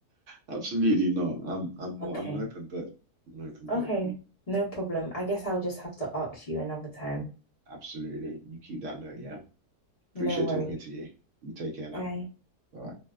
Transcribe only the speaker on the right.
Absolutely not. I'm I'm
I'm an open book. I'm an open book.
Absolutely. You keep that note, yeah. Appreciate
talking to you. You take care now.
Bye.